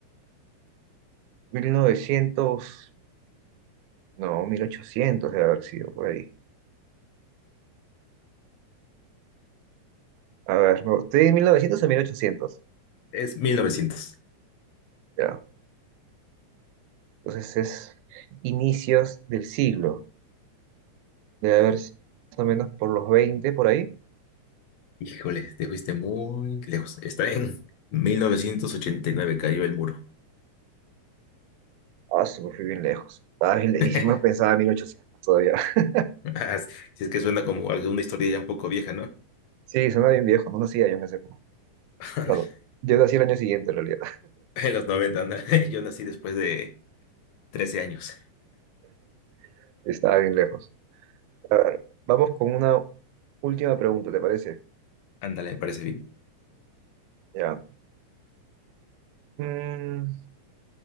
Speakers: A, on the right; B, on the left.
A: 1900, no, 1800 debe haber sido por ahí. A ver, no, estoy en 1900 o mil ochocientos.
B: Es mil novecientos
A: ya. Entonces es inicios del siglo, debe haber sido más o menos por los 20 por ahí.
B: Híjole, te fuiste muy lejos. Está en 1989 cayó el muro.
A: Ah, sí, me fui bien lejos. Ah, bien le-
B: <laughs>
A: y si me pensaba 1800 todavía. <laughs>
B: Ah, Si es que suena como alguna historia ya un poco vieja, ¿no?
A: Sí, suena bien viejo, no nacía yo en ese época.
B: <laughs>
A: Bueno, yo nací el año siguiente en realidad,
B: En los noventa, anda. <laughs> Yo nací después de 13 años.
A: <laughs> estaba bien lejos. A ver, vamos con una última pregunta, ¿te parece?
B: Ándale, me parece bien.
A: Ya. Mm,